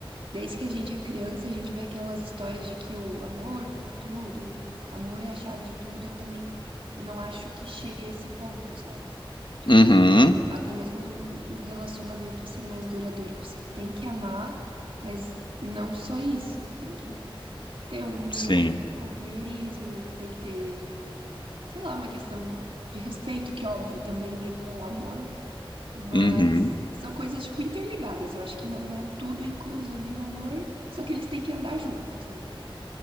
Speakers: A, on the right; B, on the left.
A: Desde que a gente é criança, a gente vê aquelas histórias de que o amor cura tudo, o amor é a chave de tudo, e eu também não acho que chegue a esse ponto, sabe? Tipo,
B: Uhum,
A: até mesmo num, num relacionamento assim mais duradouro, você tem que amar, mas não só isso, tem que ter um
B: sim.
A: outro companheirismo, tem que ter, sei lá, uma questão de respeito, que óbvio também vem com o amor. Mas
B: Uhum.
A: são coisas, tipo, interligadas. Eu acho que não é tudo incluso ali no amor, só que eles têm que andar juntos, né?